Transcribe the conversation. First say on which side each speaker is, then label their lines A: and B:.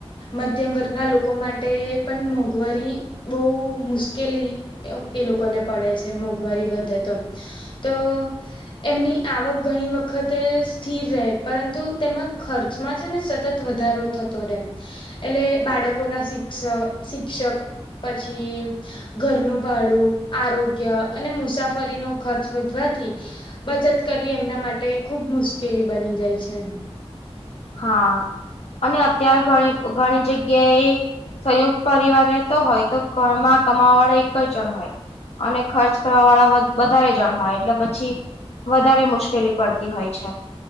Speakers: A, on the left; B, on the left.
A: મધ્યમ વર્ગના લોકો માટે પણ મોંઘવારી બહુ મુશ્કેલી એ લોકોને પડે છે મોંઘવારી વધે તો. તો એમની આવક ઘણી વખતે સ્થિર રહે પરંતુ તેમાં ખર્ચમાં છે ને સતત વધારો થતો રેમ એટલે બાળકો ના શિક્ષ શિક્ષક પછી ઘરનું ભાડું આરોગ્ય અને મુસાફરીનો ખર્ચ વધવાથી બચત કરવી એમના માટે ખુબ મુશ્કેલી બની જાય છે.
B: હા અને અત્યારે ઘણી ઘણી જગ્યાએ સંયુક્ત પરિવાર રહેતો હોય તો ઘરમાં કમાવા વાળા એક જ જણ હોય. અને ખર્ચ કરવા વાળા વધારે જણ હોય એટલે પછી વધારે મુશ્કેલી પડતી હોય છે.